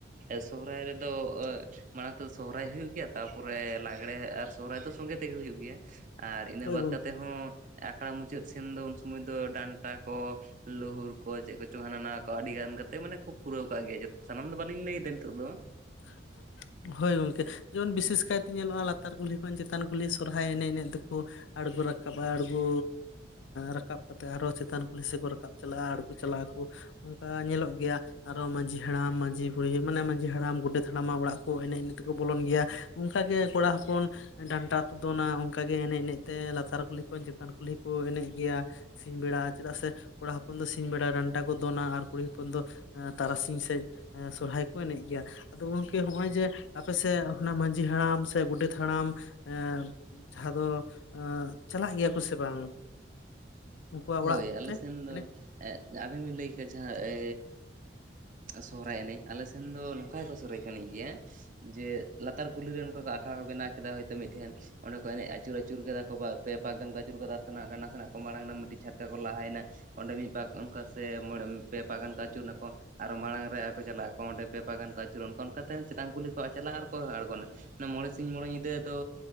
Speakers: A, on the right (about 45°); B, on the left (about 80°).
A: ᱥᱚᱦᱨᱟᱭ ᱨᱮᱫᱚ ᱮᱸᱜ, ᱢᱟᱲᱟᱝ ᱛᱮ ᱥᱚᱦᱨᱟᱭ ᱦᱩᱭᱩᱜ ᱜᱮᱭᱟ ᱾ ᱛᱟᱨᱯᱚᱨᱮ ᱞᱟᱜᱽᱲᱮ ᱟᱨ ᱥᱚᱦᱨᱟᱭ ᱫᱚ ᱥᱚᱸᱜᱮ ᱛᱮᱜᱮ ᱦᱩᱭᱩᱜ ᱜᱮᱭᱟ ᱾ ᱟᱨ ᱤᱱᱟᱹ
B: ᱦᱳᱭ
A: ᱵᱟᱫ
B: ᱜᱚᱝᱠᱮ
A: ᱠᱟᱛᱮᱫ ᱦᱚᱸ ᱟᱠᱷᱲᱟ ᱢᱩᱪᱟᱹᱫᱽ ᱥᱮᱱ ᱫᱚ ᱩᱱ ᱥᱚᱢᱚᱭ ᱫᱚ ᱰᱟᱱᱴᱟ ᱠᱚ, ᱞᱩᱦᱩᱨ ᱠᱚ ᱪᱮᱫ ᱠᱚᱪᱚᱝ ᱦᱟᱱᱟ ᱱᱟᱣᱟ ᱠᱚ ᱟᱹᱰᱤ ᱜᱟᱱ ᱠᱟᱛᱮᱫ ᱢᱟᱱᱮ ᱠᱷᱩ ᱯᱩᱨᱟᱹᱣ ᱠᱟᱜ ᱜᱮᱭᱟ ᱾ ᱥᱟᱱᱟᱢ ᱫᱚ ᱵᱟᱹᱞᱤᱧ ᱞᱟᱹᱭ ᱫᱟ ᱱᱤᱛᱚᱜ ᱫᱚ,
B: <inaudible> ᱦᱳᱭ ᱜᱚᱝᱠᱮ᱾ ᱡᱮᱢᱚᱱ ᱵᱤᱥᱮᱥ ᱠᱟᱭᱛᱮ ᱧᱮᱞᱚᱜᱼᱟ ᱞᱟᱛᱟᱨ ᱠᱩᱞᱦᱤ ᱠᱷᱚᱱ ᱪᱮᱛᱟᱱ ᱠᱩᱞᱦᱤ ᱥᱚᱨᱦᱟᱭ ᱮᱱᱮᱡ ᱮᱱᱮᱡ ᱛᱮᱠᱚ ᱟᱲᱜᱳ ᱨᱟᱠᱟᱵᱟ ᱟᱲᱜᱩ ᱨᱟᱠᱟᱵ ᱠᱟᱛᱮᱫ ᱟᱨᱚ ᱪᱮᱛᱟᱱ ᱠᱩᱞᱦᱤ ᱥᱮᱫ ᱠᱚ ᱨᱟᱠᱟᱵ ᱪᱟᱞᱟᱜᱼᱟ ᱟᱬᱜᱚ ᱪᱟᱞᱟᱜᱼᱟ ᱠᱚ ᱚᱱᱠᱟ ᱧᱮᱞᱚᱜ ᱜᱮᱭᱟ ᱟᱨᱚ ᱢᱟᱺᱡᱷᱤ ᱦᱟᱲᱟᱢ ᱢᱟᱺᱡᱷᱤ ᱵᱩᱲᱦᱤ ᱢᱟᱱᱮ ᱢᱟᱺᱡᱷᱤ ᱦᱟᱲᱟᱢ ᱜᱚᱰᱮᱛ ᱦᱟᱲᱟᱢᱟᱜ ᱚᱲᱟᱜ ᱠᱚ ᱮᱱᱮᱡ ᱮᱱᱮᱡ ᱛᱮᱠᱚ ᱵᱚᱞᱚᱱ ᱜᱮᱭᱟ ᱚᱱᱠᱟᱜ ᱜᱮ ᱠᱚᱲᱟ ᱦᱚᱯᱚᱱ ᱰᱟᱱᱴᱟ ᱠᱚ ᱫᱚᱱᱟ ᱚᱱᱠᱟᱜᱮ ᱮᱱᱮᱡ ᱮᱱᱮᱡ ᱛᱮ ᱞᱟᱛᱟᱨ ᱠᱩᱞᱦᱤ ᱠᱷᱚᱱ ᱪᱮᱛᱟᱱ ᱠᱩᱞᱦᱤ ᱠᱚ ᱮᱱᱮᱡ ᱜᱮᱭᱟ ᱥᱤᱧ ᱵᱮᱲᱟ ᱪᱮᱫᱟᱜ ᱥᱮ ᱠᱚᱲᱟ ᱦᱚᱯᱚᱱ ᱫᱚ ᱥᱤᱧ ᱵᱮᱲᱟ ᱰᱟᱱᱴᱟ ᱠᱚ ᱫᱚᱱᱟ ᱟᱨ ᱠᱩᱲᱤ ᱦᱚᱯᱚᱱ ᱫᱚ ᱛᱟᱨᱟᱥᱤᱧ ᱥᱮᱫ ᱥᱚᱨᱦᱟᱭ ᱠᱚ ᱮᱱᱮᱡ ᱜᱮᱭᱟ ᱟᱫᱚ ᱜᱚᱢᱠᱮ ᱱᱚᱜᱼᱚᱭ ᱡᱮ ᱟᱯᱮ ᱥᱮᱫ ᱢᱟᱺᱡᱷᱤ ᱦᱟᱲᱟᱢ ᱥᱮ ᱜᱚᱰᱮᱛ ᱦᱟᱲᱟᱢ ᱮ ᱡᱟᱦᱟᱸ ᱫᱚ ᱪᱟᱞᱟᱜ ᱜᱮᱭᱟ ᱠᱚ ᱥᱮ ᱵᱟᱝ? ᱩᱱᱠᱩᱣᱟᱜ
A: ᱦᱳᱭ
B: ᱚᱲᱟᱜ
A: ᱟᱞᱮ
B: ᱛᱮ
A: ᱥᱮᱱ ᱫᱚ
B: ᱮᱱᱮᱡ?
A: ᱟᱵᱤᱱ ᱵᱤᱱ ᱞᱟᱹᱭ ᱠᱟᱜᱼᱟ ᱡᱟᱦᱟᱸ ᱮ ᱥᱚᱦᱨᱟᱭ ᱮᱱᱮᱡ ᱟᱞᱮ ᱥᱮᱱ ᱫᱚ ᱱᱚᱝᱠᱟ ᱜᱮᱠᱚ ᱥᱚᱨᱦᱟᱭ ᱮᱱᱮᱡ ᱜᱮᱭᱟ ᱡᱮ ᱞᱟᱛᱟᱨ ᱠᱩᱞᱦᱤ ᱨᱮ ᱚᱱᱠᱟ ᱠᱚ ᱟᱠᱷᱲᱟ ᱠᱚ ᱵᱮᱱᱟᱣ ᱠᱮᱫᱟ ᱦᱳᱭᱛᱳ ᱢᱤᱫᱴᱷᱮᱱ ᱚᱸᱰᱮ ᱠᱚ ᱮᱱᱮᱡ ᱟᱹᱪᱩᱨ ᱟᱹᱪᱩᱨ ᱠᱮᱫᱟ ᱠᱚ ᱯᱮ ᱯᱟᱠ ᱜᱟᱱ ᱠᱚ ᱟᱹᱪᱩᱨ ᱠᱮᱫᱟ ᱠᱟᱱᱟᱱᱟᱜ ᱠᱚ ᱢᱟᱲᱟᱝ ᱢᱤᱫᱴᱤᱡ ᱪᱷᱟᱼᱼ ᱠᱚ ᱞᱟᱦᱟᱭ ᱮᱱᱟ ᱚᱸᱰᱮ ᱢᱤᱫ ᱯᱟᱜᱽ ᱚᱱᱠᱟ ᱥᱮ ᱢᱚᱬᱮ ᱯᱮ ᱯᱟᱜ ᱜᱟᱱᱠᱟ ᱟᱹᱪᱩᱨ ᱱᱟᱠᱚ ᱟᱨᱚ ᱢᱟᱲᱟᱝ ᱨᱮ ᱟᱨᱚ ᱠᱚ ᱪᱟᱞᱟᱜ ᱟᱠᱚ ᱚᱸᱰᱮ ᱯᱮ ᱯᱟᱠ ᱜᱟᱱ ᱠᱚ ᱟᱹᱪᱩᱨᱚᱜ ᱚᱱᱠᱟ ᱚᱱᱠᱟᱛᱮ ᱪᱮᱛᱟᱱ ᱠᱩᱞᱤ ᱠᱚᱜᱼᱟ ᱪᱟᱞᱟᱜ ᱟᱨᱠᱚ ᱟᱬᱜᱚᱱᱟ᱾ ᱢᱚᱬᱮ ᱥᱤᱧ ᱢᱚᱬᱮ ᱧᱤᱫᱟᱹ ᱫᱚ